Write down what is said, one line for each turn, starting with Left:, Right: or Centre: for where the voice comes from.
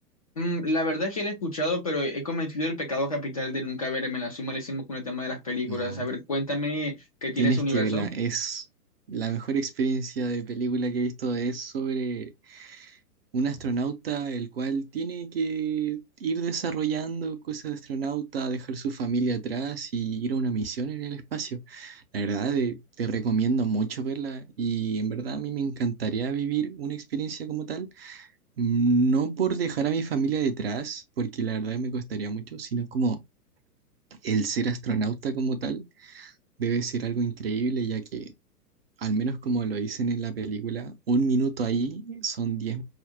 Left: Mm, la verdad es que lo he escuchado, pero he cometido el pecado capital de nunca verme. La soy malísimo con el tema de las películas.
Right: No.
Left: A ver, cuéntame qué tiene
Right: Tienes
Left: ese universo.
Right: que verla, es la mejor experiencia de película que he visto, es sobre un astronauta el cual tiene que ir desarrollando cosas de astronauta, dejar su familia atrás y ir a una misión en el espacio. La verdad, eh, te recomiendo mucho verla y en verdad a mí me encantaría vivir una experiencia como tal, no por dejar a mi familia detrás, porque la verdad me costaría mucho, sino como el ser astronauta como tal debe ser algo increíble, ya que al menos como lo dicen en la película, un minuto ahí son diez